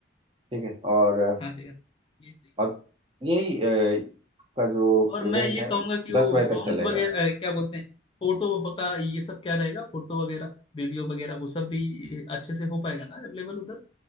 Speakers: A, on the right (about 25°); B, on the left (about 25°).
A: ठीक है और
B: हाँ जी हाँ ये सही
A: और यही अ, का जो
B: और मैं
A: इवेंट
B: ये
A: है
B: कहूंगा कि वो
A: दस बजे
B: सॉन्ग्स
A: तक चलेगा
B: वगैरह अ, क्या बोलते हैं फोटो का ये सब क्या रहेगा फोटो वगैरह वीडियो वगैरह वो सब भी अच्छे से हो पाएगा ना अवेलेबल उधर